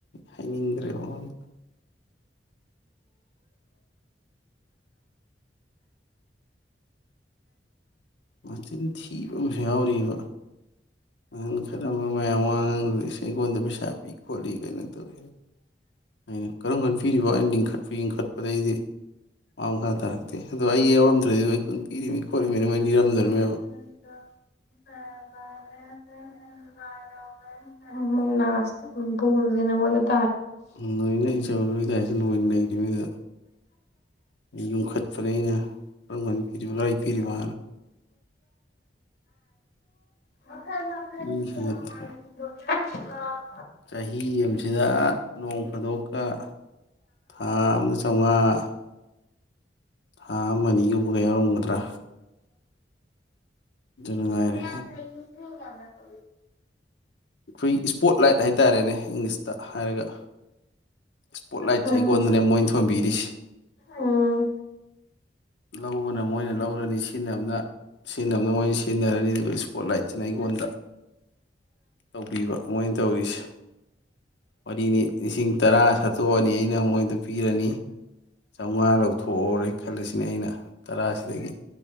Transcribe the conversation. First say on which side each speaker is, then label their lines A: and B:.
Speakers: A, on the left; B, on the left.
A: ꯍꯥꯏꯅꯤꯡꯗ꯭ꯔꯦ ꯃꯉꯣꯟꯗ ꯃꯆꯤꯟ ꯊꯤꯕ ꯑꯃꯁꯨ ꯌꯥꯎꯑꯔꯤꯕ ꯅꯪ ꯈꯔ ꯃꯌꯥꯝ ꯋꯥꯉꯥꯡ ꯑꯩꯉꯣꯟꯗ ꯄꯩꯁꯥ ꯄꯤ ꯈꯣꯠꯂꯤ ꯀꯩꯅꯣ ꯇꯧꯔꯤ ꯑꯩꯅ ꯀꯔꯝ ꯈꯟꯕꯤꯔꯤꯕ ꯑꯩꯅ ꯂꯤꯡꯈꯠꯄ ꯂꯤꯡꯈꯠꯄꯗꯒꯤꯩꯗꯤ ꯃꯥ ꯃꯈ ꯃꯈꯥ ꯇꯥꯔꯛꯇꯦ ꯑꯗꯣ ꯑꯩ ꯌꯥꯎꯝ꯭ꯔꯗꯤ ꯃ ꯑꯩ ꯀꯨꯟ ꯄꯤꯔꯤꯅꯤ ꯈꯣꯠꯂꯤꯃꯤꯅꯤ ꯃꯣꯏ ꯂꯤꯔꯝꯗꯣꯔꯤꯃꯦꯕ
B: ꯁ ꯎꯝꯒ
A: ꯑ ꯆ ꯀꯌꯥꯁꯤꯥꯏꯅꯤ ꯌꯨꯝꯈꯠꯄꯅꯩꯅ ꯔꯝꯒꯟ ꯄꯤꯔꯤꯕ ꯂꯥꯏ ꯄꯔꯤꯕ
B: ꯃꯈ ꯃꯈ
A: ꯃꯤ ꯈꯪꯒꯠꯇꯅ
B: <unintelligible>
A: ꯆꯍꯤ ꯑꯃꯁꯤꯗ ꯅꯣꯡ ꯐꯥꯗꯣꯛꯀ ꯊꯥ ꯑꯃꯗ ꯆꯥꯝꯃꯉꯥ ꯑꯥ ꯑꯃ ꯑꯅꯤꯒꯨꯝꯕꯒ ꯌꯥꯎꯔꯝꯒꯗ꯭ꯔꯥ ꯑꯗꯨ ꯅꯨꯡꯉꯥꯏꯔꯦ
B: ꯔꯅ ꯌꯦ ꯌꯥꯝꯅ ꯊ
A: ꯑꯩꯈꯣꯏ ꯏꯁꯄꯣꯠ ꯂꯥꯏꯠ ꯍꯥꯏꯇꯥꯔꯦꯅꯦ ꯏꯪꯂꯤꯁꯇ ꯍꯥꯏꯔꯒ ꯏꯁꯄꯣꯠꯂꯥꯏꯠꯁꯦ
B: ꯎꯝ
A: ꯑꯩꯉꯣꯟꯗꯅꯦ ꯃꯣꯏ ꯊꯣꯟꯕꯤꯔꯤꯁ
B: ꯎꯝ
A: ꯂꯧꯕꯅ ꯃꯣꯏꯅ ꯂꯧꯔꯅꯤ ꯁꯤꯖꯤꯟꯅꯕꯅ ꯁꯤꯖꯤꯟꯅꯕꯅ ꯃꯣꯏꯅ ꯁꯤ ꯈꯦꯟꯅꯔꯅꯤ ꯑꯗꯨꯒ ꯏꯁꯄꯣꯠ ꯂꯥꯏꯠꯁꯤꯅ ꯑꯩꯉꯣꯟꯗ ꯇꯧꯕꯤꯕ ꯃꯣꯏꯅ ꯇꯧꯔꯤꯁꯦ ꯃꯔꯤꯅꯤ ꯂꯤꯁꯤꯡ ꯇꯔꯥ ꯁꯥꯠꯇꯣꯛꯑꯅꯤ ꯑꯩꯅ ꯃꯣꯏꯗ ꯄꯤꯔꯅꯤ ꯆꯥꯝꯃꯉꯥ ꯂꯧꯊꯣꯛꯎꯎꯔꯦ ꯈꯜꯂꯁꯤꯅꯦ ꯑꯩꯅ ꯇꯔꯥꯁꯤꯗꯒꯤ